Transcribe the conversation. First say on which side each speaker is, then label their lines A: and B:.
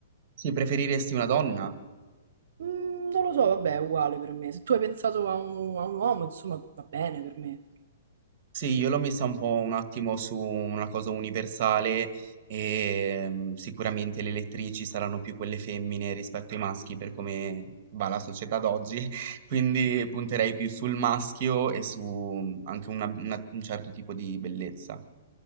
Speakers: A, on the right; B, on the right.
A: Sì, preferiresti una donna?
B: Mm, non lo so, vabbè, è uguale per me. Se tu hai pensato a un, a un uomo, insomma, va bene per me.
A: Sì, io l'ho messa un po' un attimo su una cosa universale, ehm, sicuramente le elettrici saranno più quelle femmine rispetto ai maschi per come va la società d'oggi, <laughs> quindi punterei più sul maschio e su mhmm, anche una una un certo tipo di bellezza.